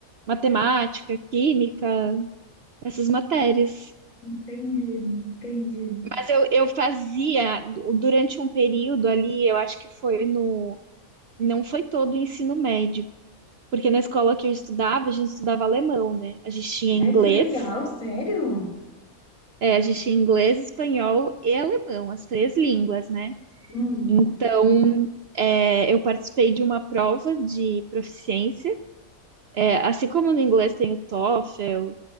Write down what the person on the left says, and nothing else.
entendi, entendi.
Ai, que legal, sério?
Hum,